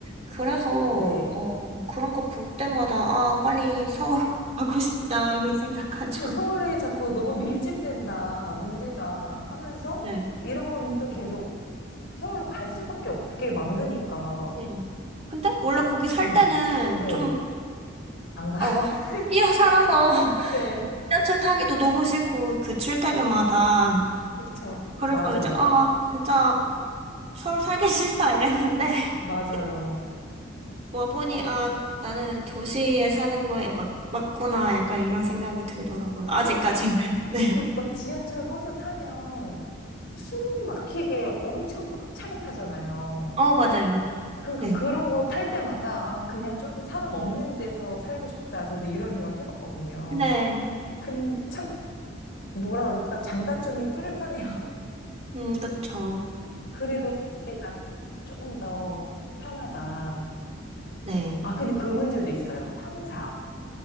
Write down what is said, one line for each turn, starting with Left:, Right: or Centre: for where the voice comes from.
Right: 그래서
Left: 네.
Right: 어 그런 거 볼 때마다 아 빨리 서울 <laughs> 가고 싶다 이런 생각하죠.
Left: 그 서울에 자꾸 너무 밀집된다, 문제다 하면서
Right: 네.
Left: 이런 거는 또 계속 서울로 갈 수밖에 없게 만드니까.
Right: 네. 근데 원래 거기 살
Left: 음.
Right: 때는
Left: 네.
Right: 좀,
Left: 안 가. <laughs>
Right: 어, <laughs> 뛰어 살아서 <laughs>
Left: 네.
Right: 지하철 타기도 너무 싫고, 그 출퇴근마다.
Left: 그쵸.
Right: 그래서
Left: 맞아요.
Right: 이제, 아, 진짜 서울 살기 싫다 이랬는데,
Left: 맞아요.
Right: <laughs> 와보니, 아, 나는 도시에 사는 거에 막, 맞구나. 약간 이런 생각이 들더라고요. 아직까지는.
Left: 그리고
Right: <laughs> 네.
Left: 그 막 지하철 버스 타면 숨 막히게 엄청 꽉 차게 타잖아요.
Right: 어, 맞아요.
Left: 그러니까
Right: 네.
Left: 그런 거 탈 때마다 아, 그냥 조금 사람 없는 데서 살고 싶다. 저도 이런 생각 해봤거든요.
Right: 네.
Left: 근참 뭐라 그럴까? 장단점이 뚜렷하네요.
Right: 음, 그쵸.
Left: <laughs> 그래도 도시가 조금 더 편하다.
Right: 네.
Left: 아, 근데 그 문제도 있어요. 황사.